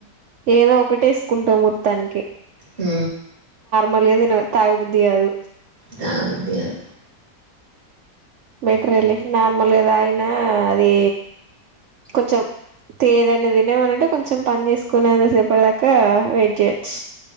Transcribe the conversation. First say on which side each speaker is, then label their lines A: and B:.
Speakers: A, on the right; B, on the right.
A: ఏదో ఒకటి ఏసుకుంటావు మొత్తానికి
B: ఉ
A: మళ్దిన తాగుబుద్ధి కాదు
B: తాగబుద్ధి కాదు
A: బెటరే లే నార్మల్గా తాగిన అది కొంచెం తే దన తినమనంటే కొంచెం పని చేసుకునేంతా సేపటి దాకా వెయిట్ చేయొచ్చు